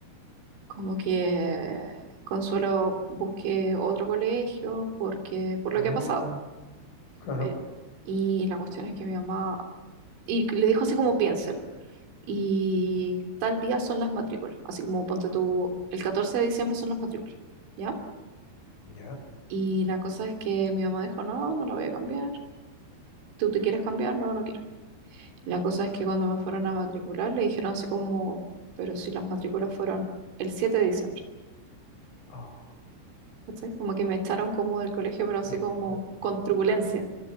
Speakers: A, on the right; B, on the left.
A: como que Consuelo busque otro colegio porque por lo
B: No,
A: que ha pasado.
B: claro.
A: Eh, y la cuestión es que mi mamá, y le dijo así como piénselo. Y tal día son las matrículas, así como ponte tú, el 14 de diciembre son las matrículas, ¿ya?
B: ¿Ya?
A: Y la cosa es que mi mamá dijo, no, no la voy a cambiar. ¿Tú te quieres cambiar? No, no quiero. La cosa es que cuando me fueron a matricular le dijeron así como, pero si las matrículas fueron el 7 de diciembre,
B: Oh,
A: ¿cachai? Como que me echaron como del colegio, pero así
B: sebo.
A: como
B: sepo.
A: con truculencia,